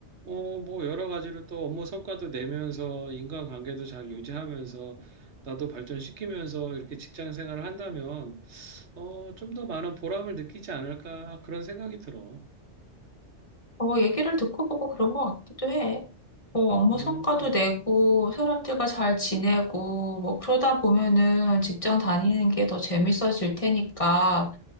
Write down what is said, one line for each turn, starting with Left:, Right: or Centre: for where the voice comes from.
Right: 어, 뭐, 여러 가지로 또 업무 성과도 내면서 인간관계도 잘 유지하면서 나도 발전시키면서 이렇게 직장 생활을 한다면, 어, 좀 더 많은 보람을 느끼지 않을까 그런 생각이 들어.
Left: 어, 얘기를 듣고 보고 그런 것 같기도 해. 뭐 업무
Right: 음,
Left: 성과도 내고 사람들과 잘 지내고 뭐 그러다 보면은 직장 다니는 게 더 재밌어질 테니까